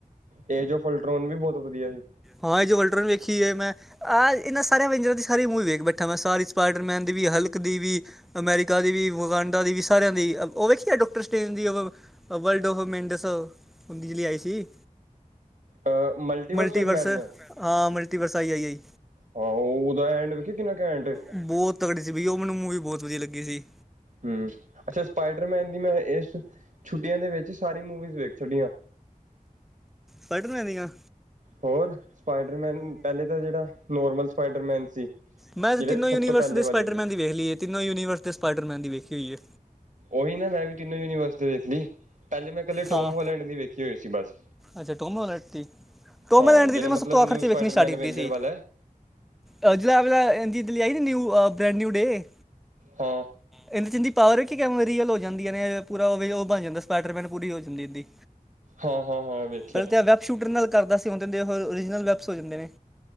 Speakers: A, on the right (about 60°); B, in the centre.
A: ਇਹ ਜੋ ਫਲਟ੍ਰੋਨ ਵੀ ਬਹੁਤ ਵਧੀਆ ਸੀ।
B: ਹਾਂ, ਇਹ ਜੋ ਵਲਟਰਨ ਵੇਖੀ ਹੈ ਮੈਂ ਆਹ ਇਹਨਾਂ ਸਾਰਿਆਂ ਵੈਜਰਾਂ ਦੀ ਸਾਰੀ ਮੂਵੀ ਵੇਖ ਬੈਠਾ ਮੈਂ, ਸਾਰੀ ਸਪਾਈਡਰਮੈਨ ਦੀ ਵੀ, ਹਲਕ ਦੀ ਵੀ। ਅਮੈਰੀਕਾ ਦੀ ਵੀ, ਵਕਾਨਡਾ ਦੀ ਵੀ, ਸਾਰਿਆਂ ਦੀ ਉਹ ਵੇਖੀ ਏ ਡਾਕਟਰ ਸਟੇਨ ਦੀ ਵਰਲਡ ਔਫ ਮੈਂਡਸ ਬਿਜਲੀ ਆਈ ਸੀ।
A: ਅ ਮਲਟੀਵਰਸ
B: ਮਿਟੀ
A: ਆਫ
B: ਬਰਸ
A: ਮੈਡਨੈਸ
B: ਹਾਂ, ਮਿਲਟੀਵਰਸ ਆਈ -ਆਈ -ਆਈ
A: ਹਾਂ ਉਹ ਉਹਦਾ ਐਂਡ ਵੇਖੇ ਕਿੰਨਾ ਕੈਂਟ ਐ।
B: ਬਹੁ ਤਕੜੀ ਸੀ ਵੀ, ਉਹ ਮੈਨੂੰ ਮੂਵੀ ਬਹੁਤ ਵਧੀਆ ਲੱਗੀ ਸੀ।
A: ਹੂੰ, ਅੱਛਾ ਸਪਾਈਡਰਮੈਨ ਦੀ ਮੈਂ ਇਸ ਛੁੱਟੀਆਂ ਦੇ ਵਿੱਚ ਸਾਰੀ ਮੂਵੀਜ਼ ਵੇਖ ਛੱਡੀ ਆਂ।
B: ਪੜ੍ਹ ਲੈਂਦੀਆਂ।
A: ਹੋਰ ਸਪਾਈਡਰਮੈਨ, ਪਹਿਲੇ ਤਾਂ ਜਿਹੜਾ ਨੋਰਮਲ ਸਪਾਈਡਰਮੈਨ ਸੀ
B: ਮੈਂ ਤਾਂ
A: ਜਿਹੜੇ
B: ਤਿੰਨੋਂ
A: ਸਭ
B: ਯੂਨੀਵਰਸ
A: ਤੋਂ ਪਹਿਲੇ
B: ਦੇ ਸਪਾਈਡਰਮੈਨ
A: ਵਾਲੇ
B: ਦੀ ਵੇਖ ਲਈ ਹੈ ਤਿੰਨੋਂ ਯੂਨੀਵਰਸ ਦੇ ਸਪਾਈਡਰਮੈਨ ਦੀ ਵੇਖੀ ਹੋਈ ਏ।
A: ਉਹੀ ਨਾ ਮੈਂ ਵੀ ਤਿੰਨੋ ਯੂਨੀਵਰਸ ਤੇ ਵੇਖ ਲਈ, ਪਹਿਲੇ ਮੈਂ ਇਕੱਲੇ
B: ਹਾਂ
A: ਟੋਮ ਹੋਲੈਂਡ ਦੀ ਵੇਖੀ ਹੋਈ ਸੀ ਬਸ।
B: ਅੱਛਾ ਟੋਮਹੋਲੈਂਡ ਦੀ, ਟੋਮ
A: ਹਾਂ
B: ਹੋਲੈਂਡ ਦੀ
A: ਜਿਹੜਾ
B: ਮੈਂ
A: ਮਤਲਬ
B: ਸਭ ਤੋਂ ਆਖਰ
A: ਨਿਊ
B: ਚ
A: ਸਪਾਈਡਰਮੈਨ
B: ਵੇਖਣੀ ਸਟਾਟ ਕੀਤੀ
A: ਅਵੇਂਜਰ
B: ਸੀ।
A: ਵਾਲਾ ਹੈ।
B: ਹ ਜਲਾ ਦਿੱਲੀ ਆਈ ਨਾ, ਨਿਊ ਬ੍ਰੈਂਡ ਨਿਊ ਡੇ
A: ਹਾਂ,
B: ਇਹਦੇ ਚ ਇਹਦੀ ਪਾਵਰ ਹੈ ਕਿ ਐਵੇਂ ਰੀਅਲ ਹੋ ਜਾਂਦੀਆਂ ਨੇ, ਪੂਰਾ ਵੀ ਉਹ ਬਣ ਜਾਂਦਾ ਸਪਾਈਡਰਮੈਨ ਪੂਰੀ ਹੋ ਜਾਂਦੀ ਇਹਦੀ।
A: ਹਾਂ- ਹਾਂ -ਹਾਂ ਐਂਵੇ
B: ਪਹਿਲੇ ਤੇ ਇਹ ਵੈਬ ਸ਼ੂਟਰ ਨਾਲ ਕਰਦਾ ਸੀ, ਹੁਣ ਤੇ ਓਰੀਜਨਲ ਵੈਬਸ ਹੋ ਜਾਂਦੇ ਨੇ।